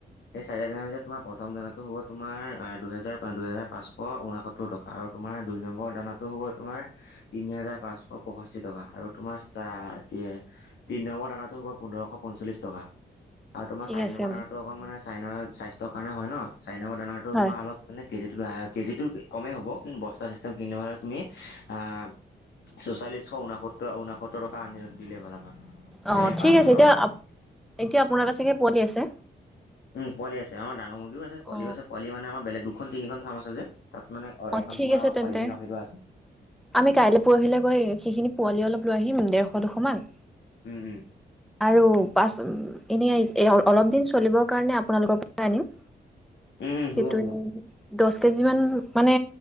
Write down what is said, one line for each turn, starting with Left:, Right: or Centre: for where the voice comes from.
Left: সেই চাৰিটা। তেনেহ'লে তোমাৰ প্ৰথম দানাটো হ'ব তোমাৰ দুহেজাৰ দুহেজাৰ পাঁচশ ঊনসত্তৰ টকা আৰু। তোমাৰ দুই নম্বৰ দানাটো হ'ব তোমাৰ তিনি হাজাৰ পাঁচশ পঁষষ্ঠি টকা আৰু তোমাৰ চাহ এ তিনি নম্বৰ দানাতটো হ'ব পোন্ধৰশ পঞ্চল্লিশ টকা আৰু তোমাৰ
Centre: ঠিক
Left: চাৰি
Centre: আছে
Left: নম্বৰ দানাটো অকণ মানে চাইনাৰ স্বাস্থ্যৰ কাৰণে হয় ন, চাই নম্বৰ দানাটো
Centre: হয়
Left: আমাৰ অলপ মানে কেজিটো-কেজিটো কমেই হ'ব কিন্তু বস্তা চিষ্টেম কিনিলোৰ তুমি আ চৌচল্লিছশ ঊনসত্তৰ- ঊনসত্তৰ টকা আনি দিলেই হ'ল, আমাক এনেই
Centre: অ
Left: পাঁচ
Centre: ঠিক
Left: হাজাৰ
Centre: আছে
Left: টকা
Centre: এতিয়া
Left: লওঁ।
Centre: এতিয়া আপোনাৰ তাত চাগে পোৱালি আছে
Left: উম পোৱালি আছে আমাৰ ডাঙৰ মুগীও আছে পোৱালি
Centre: অ
Left: আছে পোৱালি মানে আমা বেলেগ দুখন তিনিখন ফাৰ্ম আছে যে তাত, মানে- আৰু
Centre: অ
Left: একন
Centre: ঠিক
Left: সময়ত
Centre: আছে
Left: আমাৰ
Centre: তেন্তে
Left: পোৱালি খিনি ৰখি লোৱা আছে।
Centre: আমি কাইলৈ পৰহিলৈ গৈ সেইখিনি পোৱালি অলপ লৈ আহিম ডেৰশ দুশ মান।
Left: উম উম।
Centre: আৰু পাছ এনেই অলপ দিন চলিবৰ কাৰণে আপোনালোকৰ পৰা আনিম।
Left: উম, উম,
Centre: সেইটো
Left: হ'ব হ'ব।
Centre: দচ কেজি মান। মানে